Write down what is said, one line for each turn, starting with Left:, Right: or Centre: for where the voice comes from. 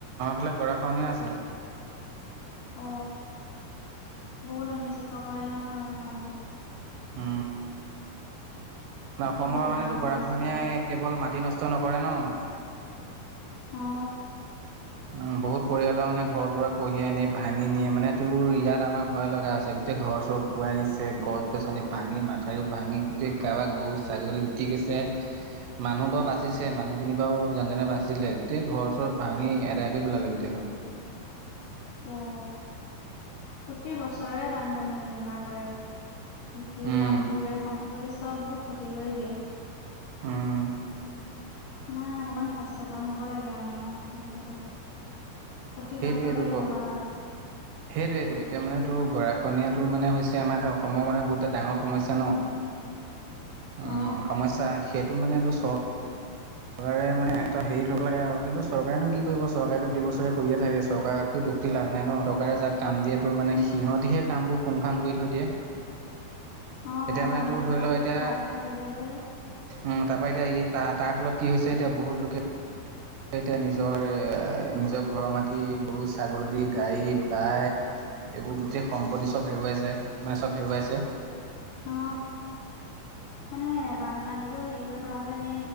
Right: ফালে গৰা খনীয়া আছে।
Left: অ বহুত অনিষ্ট কৰে নহয় হয়।
Right: অ। ন অসমৰ
Left: বহুত
Right: মানে
Left: ডাঙৰ
Right: গৰা
Left: সমস্যা
Right: খহনীয়াই কেৱল মাটি নষ্ট নকৰে ন, -
Left: অ
Right: উম বহুত পৰিয়ালৰ মানে ঘৰ দুৱাৰ কঢ়িয়াই নি ভাঙি নিয়ে মানে তোৰ ইয়াত আমাৰ ভয় লগা আছে গোটেই ঘৰ চৰ উতুৱাই নিছে গছ গছনি ভাঙি মা মঠাৰি ভাঙি গোটেই কাবা গৰু ছাগলী উটি গৈছে মানুহ বাৰু বাচিছে মানুহখিনি বাৰু যেনে যেনে বাচিলে গোটেই ঘৰ চৰত ভাঙি এদাই কৰি পেলালে গোটেইখন।
Left: অ প্ৰতি বছৰে বানপানী তেনেকুৱা কৰে। কৃষি
Right: উম
Left: পা ধৰি লৈ সম্পত্তি চববোৰ ক্ষতি কৰি দিয়ে
Right: উম
Left: মানে অকমান সচেতন হ'ব লাগে আও মানুহৰ আজিকালি। প্ৰতি
Right: সেইটোৱেটো
Left: বছৰে তেনেকুৱা হয়
Right: সেইটোইটো এতিয়া মানে ত গৰাখননীয়া তোৰ মানে হৈছে আমাৰ এ অসমৰ মানে বহুতটা ডাঙৰ সমস্যা ন। উম
Left: অ
Right: সমস্যা সেইটো মানেটো চব চৰকাৰে মানে এটা হেৰি লগ লাগে আও কিন্তু চৰকাৰে নো কি কৰিব চৰকাৰেটো প্ৰতি বছৰে কৰিয়ে থাকে চৰকাৰো দুখ দি লাভ নাই ন,
Left: কৰিয়ে
Right: চকাৰে যাক
Left: থাকে
Right: কাম দিয়াতো মানে
Left: উম,
Right: সিহঁতিহে সেই কামবোৰ পুংফাং কৰি থৈ দিয়ে।
Left: অ
Right: এতিয়া
Left: অ
Right: তোৰ
Left: মানে
Right: ধৰি
Left: পইচাটো
Right: ল এতিয়া
Left: খাই পেলাই থৈ দিয়ে যে।
Right: উম তাৰ পৰা এতিয়া এই তাৰ তাৰ ফলত কি হৈছে এতিয়া বহুত লোকে এতিয়া নিজৰ নিজৰ ঘৰৰ মাটি গৰু ছাগলী গাড়ী বাই এইবোৰ গোটেই সম্পত্তি চব হেৰুৱাই যায় মানে চব হেৰুৱাইছে।
Left: অ। মানে বানপানীটো হেৰি কৰিব হ'লে আমি